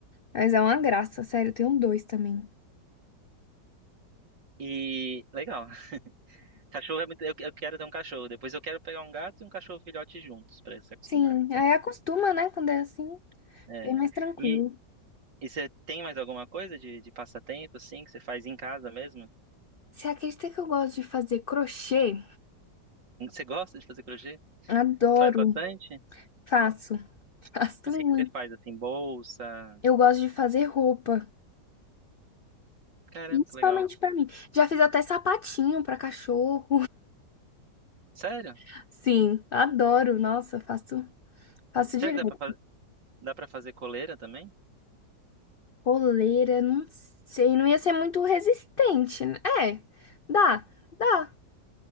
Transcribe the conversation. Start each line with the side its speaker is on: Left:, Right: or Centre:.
Left: Mas é uma graça, sério. Eu tenho dois também.
Right: E legal. <laughs> Cachorro é muito. Eu, eu quero ter um cachorro. Depois eu quero pegar um gato e um cachorro filhote juntos pra eles se acostumarem.
Left: Sim, aí acostuma, né? Quando é assim,
Right: É.
Left: bem mais tranquilo.
Right: E, e você tem mais alguma coisa de, de passatempo, assim, que você faz em casa mesmo?
Left: Você acredita que eu gosto de fazer crochê?
Right: Você gosta de fazer crochê?
Left: Adoro.
Right: Você faz bastante?
Left: Faço. <laughs> Faço
Right: Mas
Left: muito.
Right: o que que você faz, assim? Bolsa?
Left: Eu gosto de fazer roupa.
Right: Caramba,
Left: Principalmente
Right: que legal.
Left: pra mim. Já fiz até sapatinho pra cachorro.
Right: Sério?
Left: <laughs> Sim, adoro. Nossa, faço, faço direto.
Right: Será que dá pra fazer? Dá pra fazer coleira também?
Left: Coleira, não sei, não ia ser muito resistente, né? É, dá, dá.